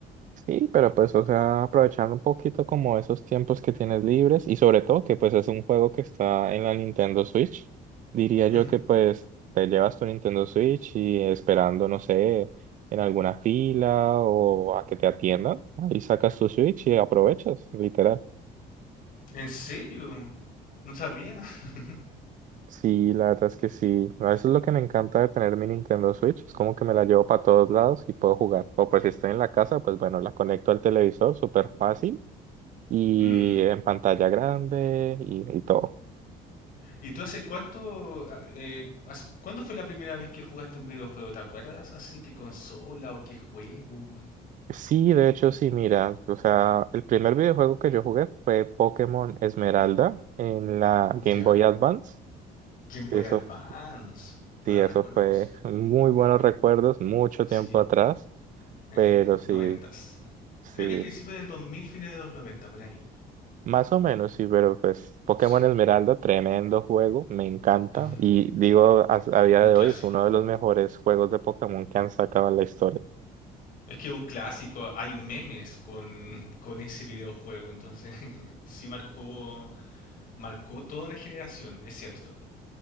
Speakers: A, on the right; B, on the left.
A: Sí, pero pues, o sea, aprovechando un poquito como esos tiempos que tienes libres y sobre todo que pues es un juego que está en la Nintendo Switch, diría
B: Ujú.
A: yo que pues te llevas tu Nintendo Switch y esperando, no sé, en alguna fila o a que te atiendan, ahí sacas tu Switch y aprovechas, literal.
B: ¿En serio? No sabía. <laughs>
A: Sí, la verdad es que sí. Eso es lo que me encanta de tener mi Nintendo Switch. Es como que me la llevo para todos lados y puedo jugar. O pues si estoy en la casa, pues bueno, la conecto al televisor, súper fácil. y
B: Mm.
A: en pantalla grande y, y todo.
B: ¿Y tú hace cuánto, ah, eh, hace- cuándo fue la primera vez que jugaste un videojuego? ¿Te acuerdas? Así, ¿qué consola o qué juego?
A: Sí, de hecho, sí, mira, o sea, el primer videojuego que yo jugué fue Pokémon Esmeralda en la Game
B: ¿Ya?
A: Boy Advance.
B: Game Boy
A: Eso,
B: Advance. Buenos
A: sí, eso
B: recuerdos.
A: fue <laughs> muy buenos recuerdos, mucho
B: Sí.
A: tiempo atrás,
B: Ajá.
A: pero sí,
B: Noventas.
A: sí,
B: Creo que principio del 2000, fines de los 90 por ahí.
A: más o menos, sí, pero pues Pokémon
B: Sí.
A: Esmeralda, tremendo juego, me encanta
B: Ujú.
A: y digo, a, a día
B: Un
A: de
B: clásico.
A: hoy es uno de los mejores juegos de Pokémon que han sacado en la historia.
B: Es que un clásico, hay memes con, con ese videojuego, entonces <laughs> sí marcó Marcó toda una generación, es cierto.